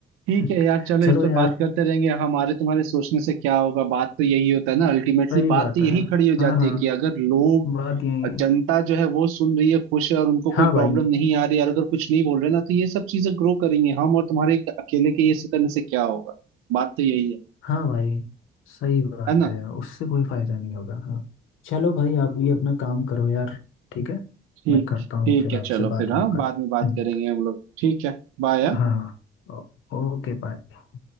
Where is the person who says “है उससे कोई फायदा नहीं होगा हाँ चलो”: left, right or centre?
Left